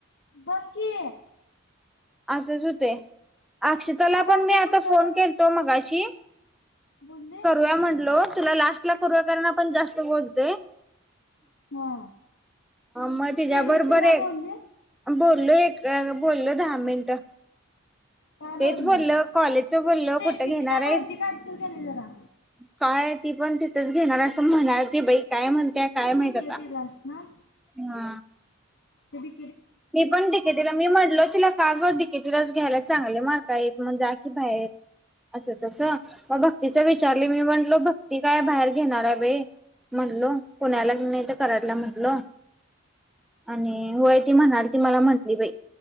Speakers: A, on the left; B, in the centre.
A: बक्की.
B: असच हुतंय. अक्षताला
A: मला
B: पण मी
A: कुठल्या
B: आता. फोन
A: तर
B: केलतो मगाशी.
A: बोलली
B: करूया म्हटलो. तुला लास्ट ला करुया कारण आपण जास्त बोलतोय.
A: हा
B: मग तिच्या
A: केलीस
B: बरोबर
A: तिला बोलली
B: एक. बोललो एक बोललो दहा. मिनटं.
A: काय बोलली
B: तेच बोललो कॉलेजच बोललो,
A: स्टेफीची
B: कुठं घेणार
A: काय माहिती
B: आहेस
A: काढशील का नाही जरा
B: काय? ती पण तिथेच घेणार असं म्हणालती बाई काय म्हण त्या काय
A: डिकेटीलाच
B: माहित आता.
A: ना
B: हा
A: ते डी.
B: ती पण, डी के टी ला. मी म्हटलो तिला का गं डी के टी लाच घ्याल्यास. चांगले मार्क आहेत मं जा की बाहेर. असं तस
A: मग
B: म भक तिच विचारली, मी म्हटलो भक्ती काय बाहेर घेणार हाय बाई म्हणलो, पुण्याला नाही तर कराडला म्हटलो आणि होय ती म्हणालती, मला म्हटली बाई